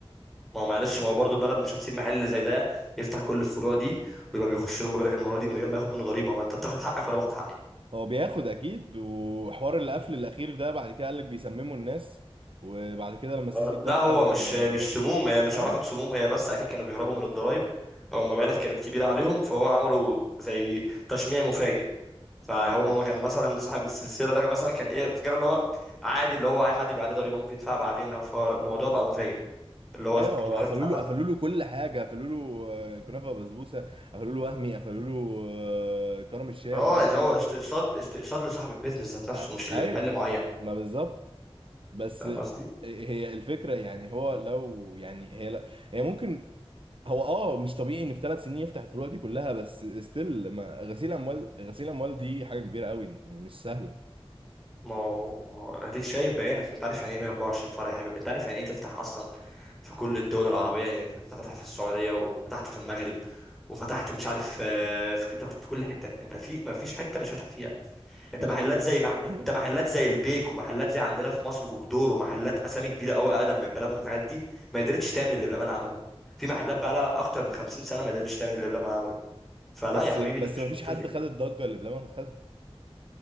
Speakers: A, in the centre; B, on the right.
A: ما هو معلش ما هو برضه البلد مش هتسيب محل زي ده يفتح كل الفروع دي ويبقى بيخش له مبالغ المره دي من غير ما ياخد منه ضريبه ما انت بتاخد حقك وانا باخد حقي
B: هو بياخد اكيد وحوار القفل الاخير ده بعد كده قال لك بيسمموا الناس وبعد كده لما
A: آه،
B: السيسي اتدخل
A: لا هو مش
B: اه
A: مش سموم هي مش
B: اه
A: علاقة سموم هي بس أكيد كانوا بيهربوا من الضرايب أو المبالغ كانت كبيرة عليهم فهو عملوا زي تشميع مفاجئ فهم
B: آه.
A: ما كان مثلا صاحب السلسلة ده مثلا كان إيه فكرة اللي هو عادي اللي هو أي حد بيبقى عليه ضريبة ممكن يدفعها بعدين فالموضوع بقى مفاجئ اللي هو
B: ايوه هو
A: المحلات
B: قفلوا
A: اتقفلت
B: له قفلوا له كل حاجه قفلوا له آه، كنافه وبسبوسه قفلوا له وهمي قفلوا له آه، كرم الشام
A: اه
B: قفلوا
A: يعني
B: له
A: هو استقصاد استقصاد لصاحب البيزنس ذات نفسه
B: آه،
A: مش لمحل
B: ايوه
A: معين
B: ما بالظبط بس
A: فاهم قصدي؟
B: هي الفكره يعني هو لو يعني هي لا هي ممكن هو اه مش طبيعي ان في ثلاث سنين يفتح الفروع دي كلها بس ستيل ما غسيل اموال غسيل اموال دي حاجه كبيره قوي يعني مش سهله
A: ما هو ما هو اديك شايف بعينك انت عارف يعني ايه 124 فرع يا حبيبي انت عارف يعني ايه تفتح اصلا في كل الدول العربية يعني انت فتح في السعودية وفتحت في المغرب وفتحت مش عارف آه، في انت فتحت في كل حتة انت في ما فيش حتة مش فاتح فيها انت
B: انا
A: محلات زي مع...
B: مم.
A: انت محلات زي البيك ومحلات زي عندنا في مصر كوكدور ومحلات اسامي كبيرة قوي اقدم من بلبن والحاجات دي ما قدرتش تعمل اللي بلبن عمله في محلات بقى لها اكتر من 50 سنة ما قدرتش تعمل اللي بلبن عمله فلا
B: بس
A: يا حبيبي
B: بس
A: ده مش
B: ما فيش
A: منطقي
B: حد خد الضجه اللي بلبن خدها